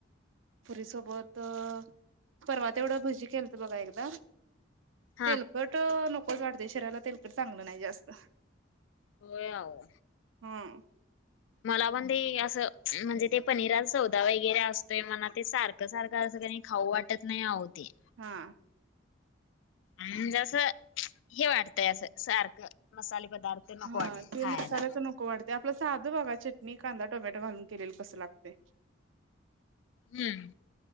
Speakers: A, on the right (about 85°); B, on the left (about 70°).
A: पुरीसोबत परवा तेवढं भजी केलत बघा एकदा.
B: हा
A: तेल कट नकोच वाढते शरीराला तेलकडे चांगलं नाही जास्त.
B: होय अहो.
A: हम्म.
B: मला पण ते असं म्हणजे ते पनीराचा सौदा वगैरे असतोय म्हणा ते सारखं सारखं असं की नाही खाऊ वाट खाऊ वाटत नाही आहो ते.
A: हा
B: म्हजे अस हे वाटतंय असं सारखं मसाले पदार्थ. नको
A: हा
B: वाटत
A: ते
B: खायला
A: मसाल्याच नक नको वाटते. आपलं साधं बघा चटणी कांदा टोमॅटो घालून केलेली कसं लागतंय.
B: हम्म.